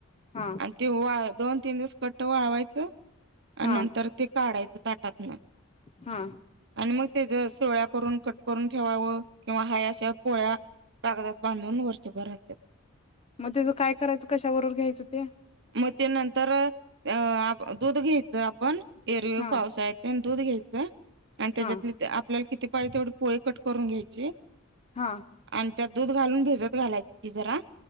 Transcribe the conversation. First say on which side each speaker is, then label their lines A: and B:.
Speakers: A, on the left; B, on the right.
A: हा
B: आणि ते वाळ दोन तीन दिवस कट वाळवायचं आणि
A: हा
B: नंतर ते काढायचं ताटातन
A: हा
B: आणि मग तेज सुरळ्या करून कट करून ठेवावं किंवा हाया <unintelligible> पोळ्या कागदात बांधून वर्षभर राहतात.
A: मग त्याचं काय करायचं कशाबरोबर घ्यायचं ते
B: मग ते नंतर अ दूध घ्यायचं आपण एरवे
A: हा
B: पावसाळ्यात दूध घ्यायचं आणि त्याच्यातले
A: हा
B: आपल्याला किती पाहिजे, तेवढी पोळी कट करून घ्यायची.
A: हा.
B: आणि त्यात दूध घालून भिजत घालायची ती जरा